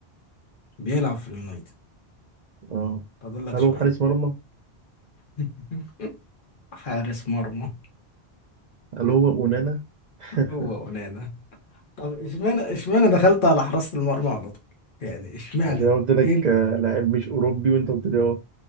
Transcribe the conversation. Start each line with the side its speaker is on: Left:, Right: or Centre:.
Left: بيلعب في اليونايتد
Right: اه
Left: فاضل لك
Right: هل
Left: سؤال
Right: هو حارس مرمى
Left: <laughs> حارس مرمى
Right: هل هو اونانا <laughs>
Left: هو ونانا طب اشمعنى اشمعنى دخلت على حراسه المرمى على طول يعني اشمعنى
Right: عشان انا قلت لك
Left: ايه ال-
Right: آه، لاعب مش اوروبي وانت قلت لي اه